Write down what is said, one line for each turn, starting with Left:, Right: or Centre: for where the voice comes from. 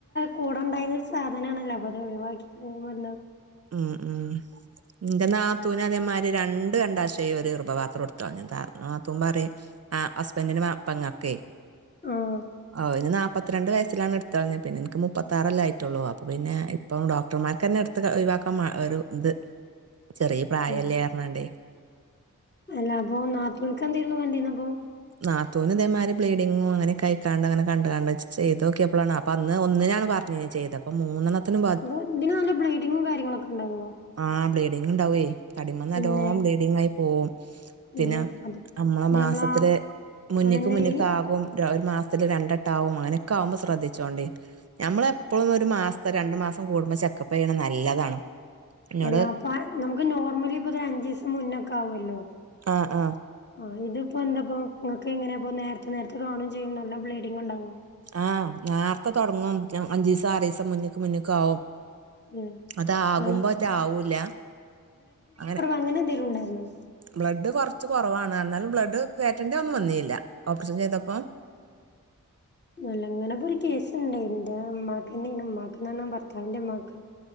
Left: കൂടെണ്ടായിന്ന സാധനാണല്ലോ, പ്പത് ഒഴിവാക്കി കയുമ്പെന്തോ.
Right: ഉം ഉം. ഇന്റെ നാത്തൂന് അതെമാരി രണ്ട് അണ്ഡാശയു ഒരു ർഭപാത്രു ഇട്ത് കൾഞ് താ നാത്തൂൻ പറിം. ആ ഹസ്ബൻറ്റിന്റെ മ പെങ്ങക്കെ
Left: ആഹ്
Right: അവര് നാ- പ്പത്ത്രണ്ട് വയസ്സിലാണ് ഇട്ത്തൾ ഞ് പിന്നെ ഇൻക്ക് മുപ്പത്താറല്ലെ ആയ്റ്റൊള്ളൂ അപ്പപിന്നെ ഇപ്പം ഡോക്ടർമാർകെന്നെ ഇട്ത്ത് ക ഒഴിവാ ക്ക മ്മ ഒരു ത് ചെറീ പ്രായല്ലേർഞാണ്ടെ.
Left: ഉം അല്ല അപൊ നാത്തൂൻക്കെന്തേര്ന്നു കണ്ടീന്ന പ്പോ.
Right: നാത്തൂന് ഇതേമാരി ബ്ലീഡിങ്ങും അങ്ങനെ കയിക്കാണ്ട് അങ്ങന ക ണ്ടണ്ട് ച് ചെയ്തോക്ക്യപ്പളാണ് അ- പ്പന്ന് ഒന്നിനാണ് പറഞീന്യ ചെയ്ത പ്പം മൂന്നെണത്തിന്
Left: ഗു ഇതിന് നല്ല ബ്ലീഡിങ്ങും കാര്യങ്ങളൊക്കെണ്ടാവ്യോ?
Right: ആ് ബ്ലീഡിങ്ണ്ടാവേ, തടിമ്മന്നല്ലോ
Left: പിന്നെ
Right: ബ്ലീഡിങ്ങായി പോവും. ത്തിന്
Left: എന്ത അത്
Right: അമ്മള
Left: ഇത്
Right: മാസത്തിലെ
Left: നമ്മളാ
Right: മുന്ന്ക്ക്
Left: അതന്നെ
Right: മുന്ന്ക്ക്
Left: ഈ
Right: ആ- അകും ര ഒരു മാസത്തില് രണ്ടട്ടാവും അങ്ങനൊക്കാവുമ്പൊ സ്രദ്ധിച്ചോണ്ടി. ഞമ്മള എപ്പോളുന്നു ഒരു മാസത്തെ രണ്ടു മാസം കൂടുമ്പോ ചെക്കപ്പെ യ്യണ നല്ലതാണ്. എന്നോട്
Left: അല്ലാ പ്പ നമക്ക് നോർമലി പ്പൊതര ഞ്ചിസം മുന്നൊക്കാവൊല്ലോ.
Right: ആഹ ആഹ.
Left: ആ് ഇത്പ്പോ എന്താപ്പ ങ്ങക്കെ ങ്ങനെയാപ്പ നേരത്തെ നേരത്തെ കാണും ചെയ്യും നല്ല ബ്ലീഡിങ് ണ്ടാവോ?
Right: ആഹ് നേർത്തെ തൊട്ങ്ങും ഞാൻ അഞ്ചിസം ആറീസം മുന്ന്ക്ക് മുന്ന് ക്കാവും.
Left: ഉം
Right: അതാകുമ്പോറ്റ
Left: നല്ല
Right: ആവൂല്ല അങ്ങനെ.
Left: അങ്ങനെന്തേലുണ്ടായിര്ന്നോ?
Right: ബ്ലഡ് കൊർച്ച് കൊറവാണ് ന്നാലും ബ്ലഡ് കേറ്റണ്ട്യന്നും വന്നീല്ല, ഓപ്പർ ഷം ചെയ്തപ്പോ.
Left: ന്നല്ലങ്ങനപ്പരു കേസ്ണ്ടെ ന്റെ മ്മാക്കന്നെണ് മ്മാക്ക്ന്നർഞ ഭർത്താവിന്റെമ്മാക്ക്.